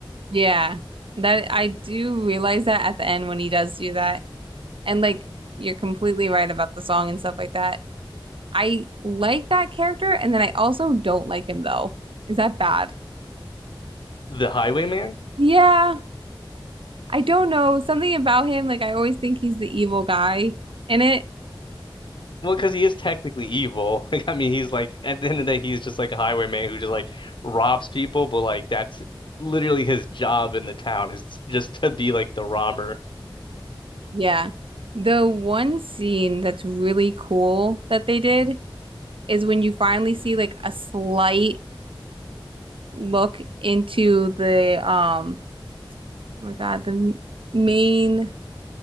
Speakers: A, on the right (about 80°); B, on the left (about 65°).
A: Yeah. That I do realize that at the end when he does do that. And like you're completely right about the song and stuff like that. I like that character, and then I also don't like him though. Is that bad?
B: The Highwayman?
A: Yeah, I don't know. Something about him, like I always think he's the evil guy in it.
B: Well, because he is technically evil. <laughs> Like, I mean, he's like at the end of the day, he's just like a highwayman who just like robs people. But like that's literally his job in the town is just to be like the robber.
A: Yeah. The one scene that's really cool that they did is when you finally see like a slight look into the um oh my God, the m- main